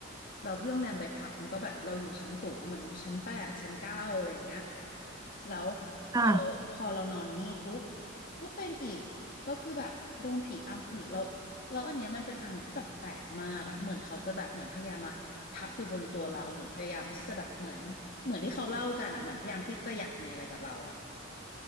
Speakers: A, on the left (about 50°); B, on the right (about 15°).
A: เราที่โรงแรมไปพักมันก็แบบเราอยู่ชั้นสูงอะเหมือนอยู่ชั้นแปดชั้นเก้าอะไรอย่างเงี้ยแล้วพอเราพอเรานอนงี้ปุ๊บ
B: ค่ะ
A: ก็เป็นอีก ก็คือแบบโดนผีอำอีกแล้วแล้วอันเนี้ยมันเป็นอำที่แบบแปลกมากอะเหมือนเขาจะแบบเหมือนพยายามมาทับอยู่บนตัวเราหรือพยายามที่จะแบบเหมือนเหมือนที่เขาเล่ากันอะเหมือนพยายามที่จะอยากมีอะไรกับเราอะ